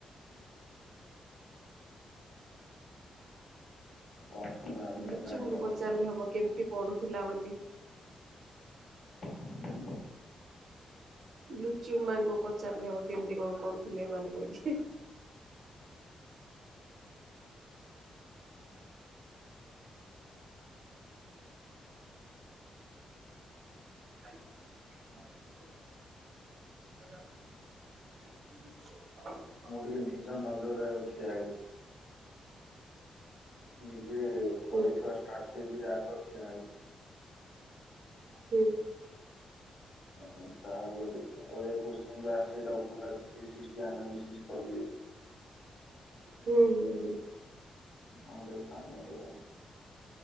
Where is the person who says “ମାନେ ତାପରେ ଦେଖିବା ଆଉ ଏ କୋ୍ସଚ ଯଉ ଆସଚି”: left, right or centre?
Left